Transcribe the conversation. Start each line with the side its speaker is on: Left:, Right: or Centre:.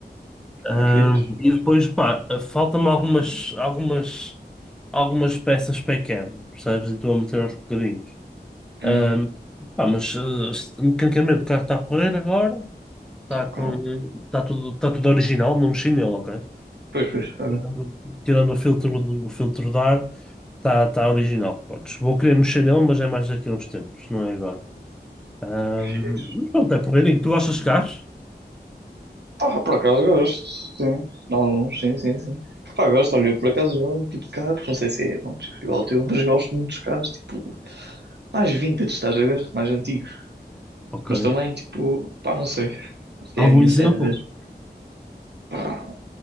Right: Está
Centre: Ahm,
Right: fixe.
Centre: e depois, pá, faltam-me algumas, algumas, algumas peças para a cama, percebes? E estou a meter aos bocadinhos.
Right: Uhum.
Centre: Ahm, pá, mas eh, mecanicamente o carro está a correr agora. Está
Right: Ok.
Centre: com, tá tudo, tá tudo original, não mexi nele, ok?
Right: Pois, pois, olha.
Centre: Tirando, tirando o filtro, do- o filtro de ar, está tá tá original. Podes, vou querer mexer nele, mas é mais daqui a uns tempos, não é agora. Ahm,
Right: Fixe.
Centre: mas pronto, é porreirinho. Tu gostas de carros?
Right: Ah, por acaso gosto, sim. De alguns, sim, sim, sim. Pá, gosto, olha, por acaso o meu tipo de carros, não sei se é bom, tipo, igual ao teu, mas gosto muito dos carros, tipo. mais vintage, estás a ver? Mais antigos.
Centre: Ok.
Right: Mas também, tipo, pá, não sei. Acho que
Centre: Algum
Right: é a minha
Centre: exemplo?
Right: cena mesmo. Pá,